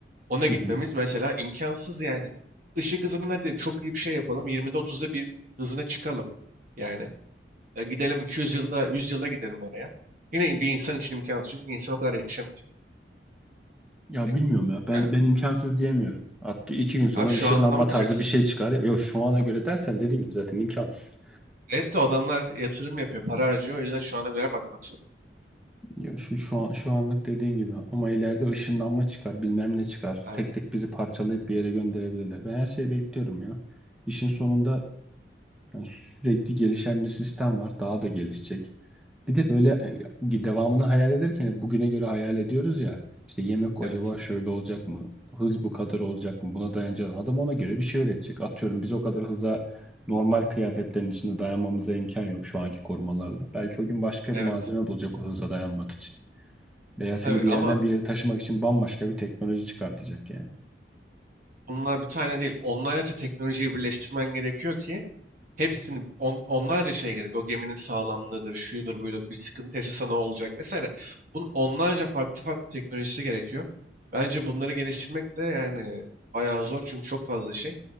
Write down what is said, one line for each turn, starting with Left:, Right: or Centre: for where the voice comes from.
Right: Ona gitmemiz
Centre: Hı hı.
Right: mesela imkansız yani. Işık hızının hadi çok iyi bir şey yapalım. 20'de 30'da bir hızına çıkalım. Yani e, gidelim 200 yılda 100 yılda gidelim oraya. Yine bir insan için imkansız. Çünkü insan o kadar yaşamayacak.
Centre: Ya
Right: E,
Centre: bilmiyorum ya. Ben
Right: Ya,
Centre: ben imkansız diyemiyorum. Hatta iki gün sonra
Right: abi şu
Centre: ışınlanma
Right: anına bakacaksın.
Centre: tarzı bir şey çıkar. Yok şu ana
Right: Ya,
Centre: göre dersen dediğin gibi zaten imkansız.
Right: Evet de adamlar yatırım yapıyor, para harcıyor. O yüzden şu ana göre bakmak zorunda.
Centre: Ya şu şu an şu anlık dediğin gibi ama ileride ışınlanma çıkar, bilmem ne çıkar.
Right: Abi
Centre: Tek tek bizi parçalayıp bir yere gönderebilirler. Ben her şeyi bekliyorum ya. İşin sonunda Yani sürekli gelişen bir sistem var. Daha da gelişecek. Bir de böyle e, devamını hayal ederken bugüne göre hayal ediyoruz ya. İşte yemek acaba
Right: evet.
Centre: şöyle olacak mı? Hız bu kadar olacak mı? Buna dayanacak. Adam ona göre bir şey öğretecek. Atıyorum biz o kadar hıza normal kıyafetlerin içinde dayanmamıza imkan yok şu anki korumalarla. Belki o gün başka
Right: Evet.
Centre: bir malzeme bulacak o hıza dayanmak için. Veya seni
Right: Tabii
Centre: bir
Right: ama
Centre: yerden bir yere taşımak için bambaşka bir teknoloji çıkartacak yani.
Right: bunlar bir tane değil. Onlarca teknolojiyi birleştirmen gerekiyor ki Hepsini on, onlarca şey gerek. O geminin sağlamlığıdır, şuyudur, buyudur. Bir sıkıntı yaşasa ne olacak vesaire. Bunun onlarca farklı farklı teknolojisi gerekiyor. Bence bunları geliştirmek de yani bayağı zor çünkü çok fazla şey.